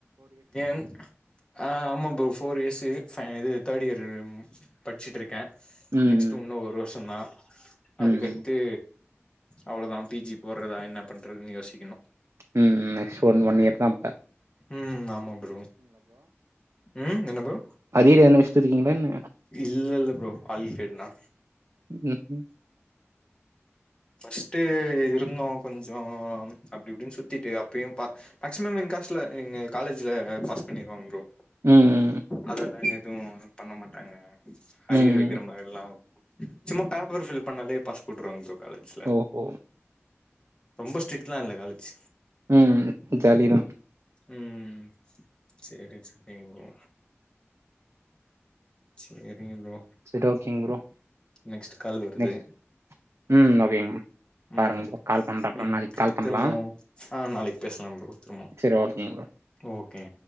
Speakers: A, on the left; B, on the right.
A: ஏன் ஆ ஆமா ப்ரோ ஃபோர் இயர்ஸ் பைன் இது தேர்ட் இயர் படிச்சட்டுருக்கேன்.
B: ம்
A: நெக்ஸ்ட்
B: ம்
A: இன்னும் ஒரு வருஷம் தான் அதுக்கடுத்து
B: ம்
A: அவ்ளோதான் பி ஜி போடுறதா என்ன பண்றதுன்னு யோசிக்கணும்
B: ம் ம் நெக்ஸ்ட் ஒன் ஒன் இயர் தான்ப்ப
A: ம் ஆமா ப்ரோ ம் என்ன ப்ரோ
B: அரியர் என்ன வச்சுடு இருக்கீங்களா என்ன
A: இல்லல்ல ப்ரோ ஆல் கிலியர்ன்னா
B: ம் ம்
A: பஃஸ்ட்டு இருந்தோம் கொஞ்சம் அப்டி இப்டின்னு சுத்திட்டு அப்பயும் பா மேக்சிமம் எங்க காஸ்ட்ல எங்க காலேஜ்ல பாஸ் பண்ணிருவாங்க ப்ரோ
B: ம், ம்,
A: அதெல்லாம் எதுவும் பண்ண மாட்டாங்க அரியர்
B: ம்.
A: வைக்கிற மாதிரில்லாம். சும்மா பேப்பர் ஃபில் பண்ணாலே பாஸ் போட்டுருவாங்க ப்ரோ காலேஜ்ல
B: ஓஹோ!
A: ரொம்ப ஸ்ட்ரிக்ட்லாம் இல்ல காலேஜ்
B: ம். ஜாலி தா
A: ம் ம் சேரி சேரி சேரிங்க ப்ரோ
B: சரி ஓகேங்க ப்ரோ.
A: நெக்ஸ்ட் கால் வருது
B: நெக்ஸ்ட் ம் ஓகேங்க. பாருங்க
A: ம்.
B: ப்ரோ. கால் பண்றேன் அப்புறம்
A: ம்..
B: நாளைக்கு கால் பண்ணலாம்.
A: திரும்பவு ஆ நாளைக்கு பேசலாம் ப்ரோ திரும்ப
B: சரி ஓகேங்க ப்ரோ.
A: ஓகே